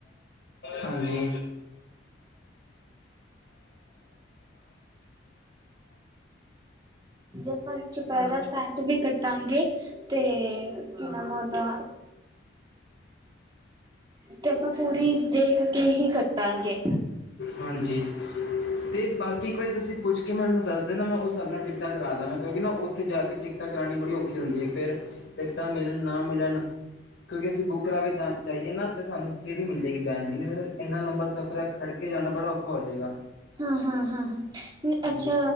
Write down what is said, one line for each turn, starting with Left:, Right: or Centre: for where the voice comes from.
Left: ਹਾਂਜੀ।
Right: ਜਪਨ ਚੁਪਹਿਰਾ ਸਾਹਿਬ ਵੀ ਕੱਟਾਂਗੇ ਤੇ, ਕੀ ਨਾਮ ਉਹਦਾ ਤੇ ਆਪਾਂ ਪੂਰੀ, ਦੇਖ ਕੇ ਹੀ ਕੱਟਾਂਗੇ।
Left: ਹਾਂਜੀ। ਤੇ ਬਾਕੀ ਇੱਕ ਵਾਰੀ ਤੁਸੀਂ ਪੁੱਛ ਕੇ ਮੈਨੂੰ ਦੱਸ ਦੇਣਾ, ਮੈਂ ਉਸ ਹਿਸਾਬ ਨਾਲ ਟਿਕਟਾਂ ਕਰਾ ਦਵਾਂਗਾ। ਕਿਉਂਕਿ ਨਾ ਉੱਥੇ ਜਾ ਕੇ ਟਿਕ ਟਿਕਟਾਂ ਕਰਾੳਣੀ ਬੜੀ ਔਖੀ ਹੁੰਦੀ ਹੈ ਫੇਰ, ਟਿਕਟਾਂ ਮਿਲਣ ਨਾ ਮਿਲਣ। ਕਿਉਂਕਿ। ਅਸੀਂ ਬੁੱਕ ਕਰਾ ਕੇ ਜਾ ਜਾਈਏ ਨਾ, ਤਾਂ ਸਾਨੂੰ ਸੀਟ ਵੀ ਮਿਲ ਜਾਏਗੀ ਬਹਿਣ ਦੀ, ਇੰਨਾ ਲੰਬਾ ਸਫ਼ਰ ਹੈ। ਖੜਕੇ ਜਾਣਾ ਬੜਾ ਔਖਾ ਹੋ ਜਾਏਗਾ।
Right: ਹਾਂ, ਹਾਂ, ਹਾਂ, ਹਾਂ
Left: ਹਾਂਜੀ
Right: ਅੱਛਾ।